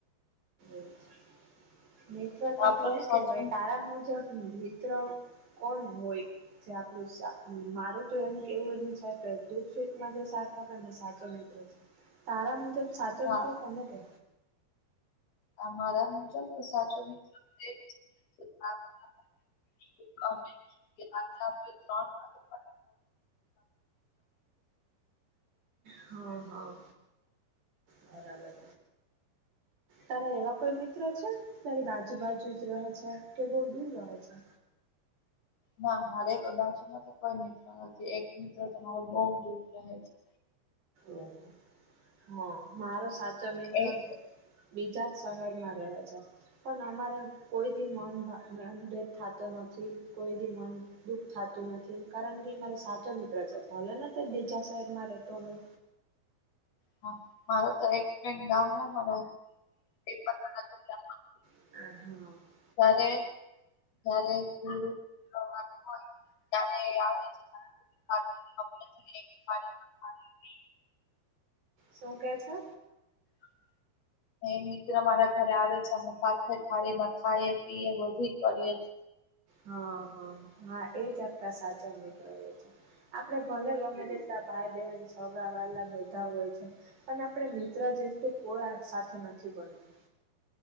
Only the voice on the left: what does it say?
આપણો
સાચો
મિત્ર.
હા
અમારા મુજબ તો સાચો મિત્રો <unintelligible> <inaudible>
ના મારે બાજુમાં તો કોઈ મિત્ર નથી એક મિત્ર તમારો બો દૂર રહે છે.
એક
હ મારો તો એક ફ્રેન્ડ ગામડામા <unintelligible>
ત્યારે જ્યારે ગુરુ <unintelligible> <unintelligible> ત્યારે આવે <unintelligible> પી
<inaudible> એ મિત્ર મારા ઘરે આવે છે, અમે સાથે થાળીમાં ખાઈએ પીએ બધુંય કરીએ